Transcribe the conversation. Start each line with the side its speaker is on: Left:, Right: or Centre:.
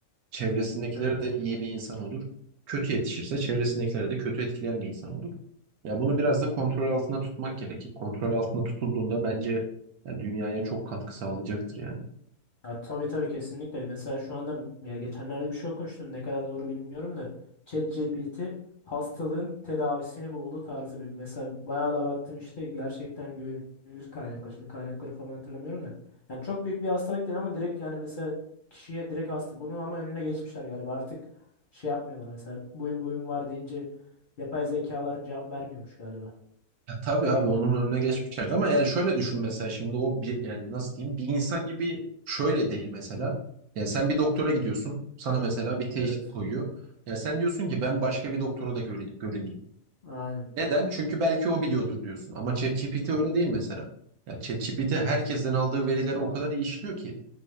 Right: çevresindekiler
Left: Evet.
Right: de iyi bir insan olur. Kötü yetişirse çevresindekileri de kötü etkileyen bir insan olur. Ya bunu biraz da kontrol altında tutmak gerekir. Kontrol altında tutulduğunda bence ya, dünyaya çok katkı sağlayacaktır yani.
Left: Ya, tabii tabii kesinlikle. Mesela şu anda bir- ya geçenlerde bir şey okumuştum. Ne kadar doğru bilmiyorum da ChatGPT hastalığın tedavisini buldu tarzı bir mesela bayağı da baktım işte gerçekten güvenilir kaynaklar. Şimdi kaynakları falan hatırlamıyorum da. Yani çok büyük bir hastalık değil ama direkt yani mesela kişiye direkt hasta. Bunu ama önüne geçmişler galiba. Artık şey yapmıyorlar mesela buyum buyum var deyince yapay zekalar cevap vermiyormuş galiba.
Right: Ya tabii abi onun önüne geçmişler
Left: Yani
Right: ama yani şöyle düşün mesela şimdi o bir yani nasıl diyeyim bir insan gibi şöyle değil mesela. Yani sen bir doktora gidiyorsun sana mesela bir teşhis
Left: evet.
Right: koyuyor. Ya sen diyorsun ki ben başka bir doktora da göre- görüneyim.
Left: Aynen.
Right: Neden? Çünkü belki o biliyordur diyorsun ama ChatGPT öyle
Left: a-
Right: değil mesela. Ya ChatGPT herkesten aldığı verileri o kadar iyi işliyor ki.